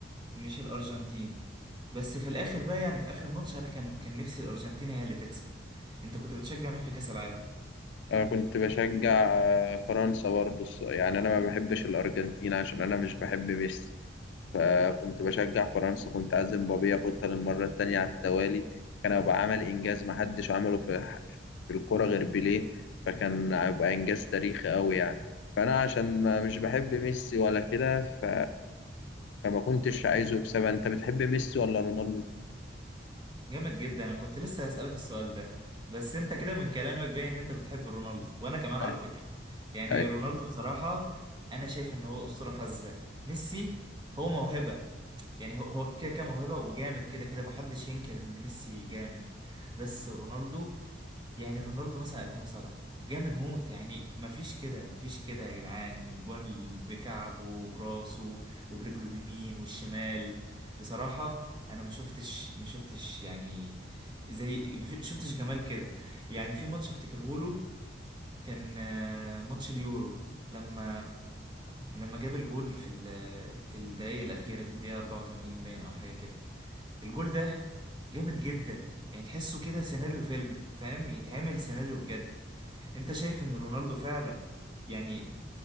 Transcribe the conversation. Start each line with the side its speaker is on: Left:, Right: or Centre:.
Right: مش الأرجنتين بس في الآخر بقى يعني في آخر ماتش أنا كان كان نفسي الأرجنتين هي اللي تكسب أنت كنت بتشجع مين في كأس العالم؟
Left: أنا كنت بشجع فرنسا برضه الص- يعني أنا ما بحبش الأرجنتين عشان أنا مش بحب ميسي فكنت بشجع فرنسا كنت عازم بابي ياخدها للمرة التانية على التوالي كان هيبقى عمل إنجاز محدش عمله في في الكرة غير بيليه فكان هيبقى إنجاز تاريخي أوي يعني فأنا عشان ما- مش بحب ميسي ولا كده ف... فما كنتش عايزه يكسبها أنت بتحب ميسي ولا رونالدو؟
Right: جامد جدا انا كنت لسه هسألك السؤال ده بس انت كده من كلامك باين ان انت بتحب رونالدو وانا كمان
Left: أيوة.
Right: على فكرة يعني
Left: أيوة.
Right: رونالدو بصراحة انا شايف ان هو اسطورة فذة ميسي هو موهبة يعني هو هو كده كده موهبة وجامد كده كده محدش ينكر ان ميسي جامد بس رونالدو يعني رونالدو مثلا 2007 جامد موت يعني مفيش كده مفيش كده يا جدعان جوان بكعبه وبراسه وبرجله اليمين والشمال بصراحة انا ما شفتش ما شفتش يعني زي ما في- شفتش جمال كده يعني في ماتش افتكره له كان آه، ماتش اليورو لما لما جاب الجول في ال... في الدقايق الأخيرة في الدقيقة 84 باين أو حاجة كده الجول ده جامد جدا يعني تحسه كده سيناريو فيلم فاهم يتعمل سيناريو بجد انت شايف ان رونالدو فعلا يعني